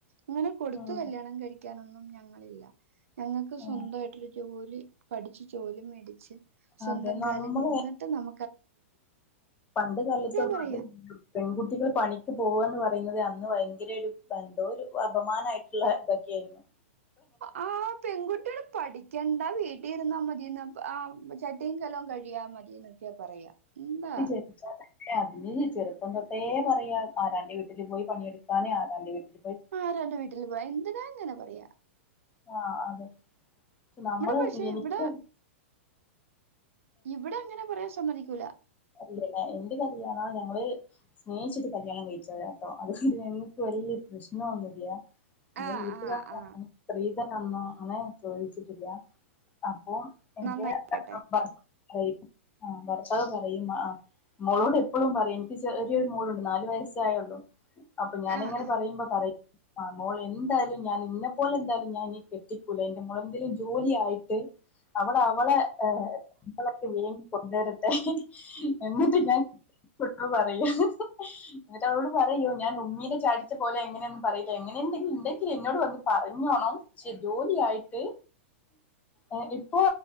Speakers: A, on the right; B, on the left.
A: ഇങ്ങനെ കൊടുത്ത
B: ആഹ്
A: കല്യാണം കഴിക്കാനൊന്നും ഞങ്ങളില്ല ഞങ്ങൾക്ക് സ്വന്തമായിട്ടൊരു
B: ആഹ്
A: ജോലി പഠിച്ചച്ച് ജോലി മേടിച്ച് സ്വന്തം
B: അതെ
A: കാല
B: നമ്മള്
A: നിന്നിട്ട് നമ
B: പണ്ട് കാലത്ത
A: പറയാ
B: പെൺകുട്ടികൾ പണിക്ക് പോവാന്ന് പറയുന്നത് അ ന്ന് ഭയങ്കര ഒരു ബന്ധോ ഒരു അപമാനയിട്ടുള്ള ഇതൊക്കെ യിരുന്നു
A: ആ പെൺകുട്ടിക്കൾ പഠിക്കണ്ട വീട്ടി ചട്ടി ഇരുന്നാ മതിന്ന് ആ ചട്ടിയും കല്ലം കഴിയാ മതിന്നൊക്കൊ പറയാ എന്താ
B: ജനിച്ചാൽ അതിന് ചെറുപ്പം തൊട്ടേ പറയാ ആരാന്റെ വീട്ടിൽ പോയി പണിയെടുക്കാനേ ആരാന്റെ വീട്ടിൽ
A: ആ രണ്ട് വീട്ടിൽ പോവാ എന്തിനാ ഇങ്ങനെ പറയാ
B: ആഹ് അതെ പക്ഷെ നമ്മള്
A: ഇവിടെ പക്ഷെ
B: എനിക്ക്
A: ഇവിടെ ഇവിടെ അങ്ങനെ പറയാൻ സമ്മതിക്കൂല
B: പിന്നെ എന്റെ കല്യാണം ഞങ്ങള് സ്നേഹിച്ചിട്ട് കല്യാണം കഴിച്ചവരാ ട്ടൊ അതുകൊണ്ട് ഞങ്ങക്ക് വലിയ പ്രശ്നൊന്നുമില്ല ഞങ്ങളെ
A: ആഹ്
B: വീട്ടുകാരങ്ങനെ
A: ആഹ് ആഹ്
B: സ്ത്രീധന തന്നോന്ന് ചോദിച്ചിട്ടില്ല അപ്പൊ എന്റെ
A: നന്നായിരിക്കട്ടെ
B: ഭർ ആ ഭർത്താവ് പറയും ആ മോളോട് എപ്പളും പറയും എനിക്ക് ചെറിയൊരു മോളുണ്ട് നാലു വയസ്സായുള്ളൂ. അപ്പൊ ഞാനിങ്ങനെ
A: ആഹ് ആഹ്
B: പറയുമ്പോ പറയും ആ മോള് എന്തായാലും ഞാൻ ഇന്നപ്പോലെ എന്തായാലും ഞാനിനി കെട്ടിക്കൂല എന്റെ മോളെ എന്തേലും ജോലി ആയിട്ട് അവള് അവളെ ഏ ളൊക്കെ ഇങ്ങനേം കൊണ്ടുവരട്ടെ എന്നിട്ട് ഞാൻ പറയും എന്നിട്ട് അവളോട് പറയും യ്യൊ ഞൻ ഉമ്മീനെ ചാടിച്ച പോലെ എങ്ങനെയൊന്നും പറയില്ല എങ്ങനെന്തെ ഇണ്ടെങ്കിൽ എന്നോട് വന്ന് പറഞ്ഞോണം ക്ഷെ ജോലി ആയിട്ട് ഏ ഇപ്പോ